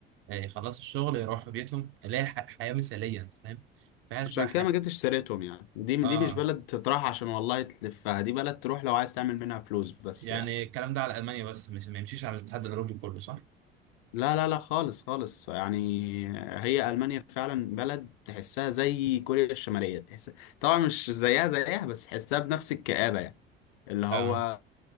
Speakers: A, on the right (about 45°); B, on the left (about 60°).
A: آه، يخلصوا الشغل يروحوا بيتهم الاقي ح- حياه مثاليه انت فاهم مفيهاش
B: عشان
A: بقى
B: كده
A: حياه
B: ما جبتش سيرتهم يعني دي
A: اه
B: دي مش بلد تطرح عشان والله تلفها دي بلد تروح لو عايز تعمل منها فلوس بس
A: يعني
B: يعني
A: الكلام ده على المانيا بس مش ما يمشيش على الاتحاد الاوروبي كله صح
B: لا لا لا خالص خالص يعني هي ألمانيا فعلا بلد تحسها زي كوريا الشمالية تحس طبعا مش زيها زيها بس تحسها بنفس الكآبة يعني اللي هو
A: اه